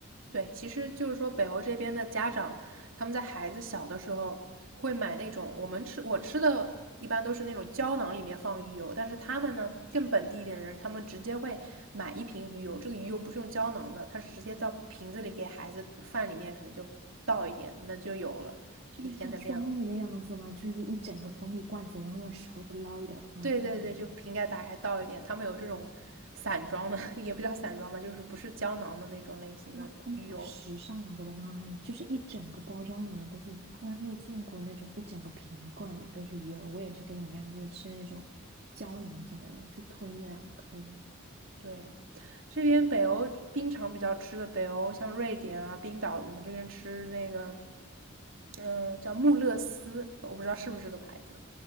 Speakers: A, on the right; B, on the right.
A: 对，其实就是说北欧这边的家长，他们在孩子小的时候会买那种我们吃我吃的一般都是那种胶囊里面放鱼油，但是他们呢更本地一点的人，他们直接会买一瓶鱼油，这个鱼油不是用胶囊的，它是直接到瓶子里给孩子饭里面可能就倒一点，那就有了这一天的量。
B: 就是像蜂蜜那样子嘛，就是一整个蜂蜜罐子，然后用勺子捞一点儿放到饭里面
A: 对对对，就瓶盖打开倒一点。他们有这种散装的，<laughs> 也不叫散装吧，就是不是胶囊的那种类型的鱼油。
B: 哇，他们好时尚啊！我的妈呀，就是一整个包装里面都是，我还没有见过那种一整个瓶罐里都是鱼饵。我也是跟你一样，就是吃那种胶囊型的，每次吞一两颗。
A: 对，这边北欧冰场比较吃的，北欧像瑞典啊、冰岛，我们这边吃那个，嗯，叫穆勒斯，我不知道是不是这个牌子。